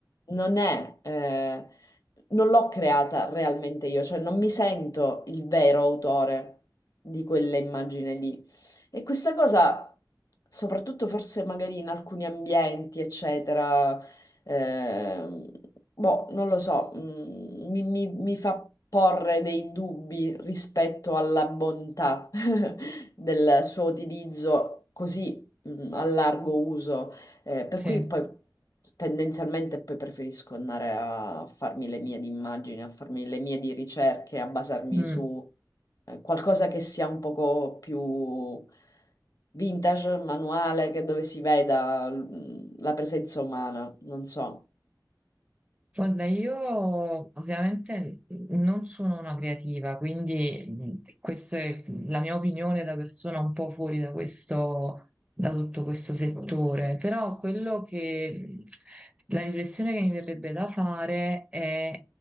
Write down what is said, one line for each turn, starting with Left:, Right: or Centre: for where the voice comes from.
Left: non è, eh, non l'ho creata realmente io, cioè non mi sento il vero autore di quella immagine lì. E questa cosa, soprattutto forse magari in alcuni ambienti, eccetera, ehm, boh, non lo so, mm, mi, mi- mi fa porre dei dubbi rispetto alla bontà <laughs> del suo utilizzo così mh, a largo uso, eh, per
Right: sì.
Left: cui poi tendenzialmente poi preferisco andare a farmi le mie di immagini, a farmi le mie di ricerche, a basarmi
Right: Mm.
Left: su eh, qualcosa che sia un poco più vintage, manuale, che dove si veda mh, la presenza umana, non so.
Right: Guarda, io ovviamente non sono una creativa, quindi mh, questa è la mia opinione da persona un po' fuori da questo, da tutto questo settore, però quello che la riflessione che mi verrebbe da fare è